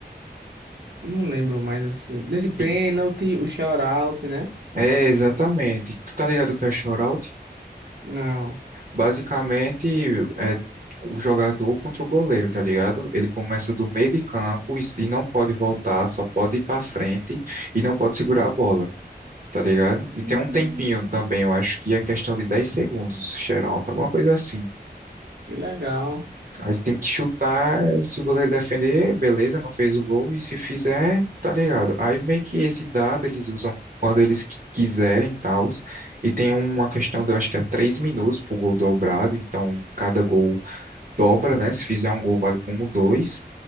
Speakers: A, on the right (about 75°); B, on the right (about 50°).
A: não lembro mais assim, desse pênalti,
B: Sim,
A: o shout-out, né?
B: é exatamente. Tu tá ligado o que é shootout?
A: Não.
B: Basicamente, é o jogador contra o goleiro, tá ligado? Ele começa do meio de campo e, e não pode voltar, só pode ir para frente e não pode segurar a bola, tá ligado? E
A: Hum,
B: tem um tempinho também, eu acho que é questão de 10 segundos, xeralta, alguma coisa assim.
A: que legal.
B: Aí tem que chutar, se o goleiro defender, beleza, não fez o gol, e se fizer, tá ligado? Aí meio que esse dado eles usam quando eles qui- quiserem, tals. E tem uma questão de, eu acho que é 3 minutos pro gol dobrado, então cada gol dobra, né? Se fizer um gol, vale como dois.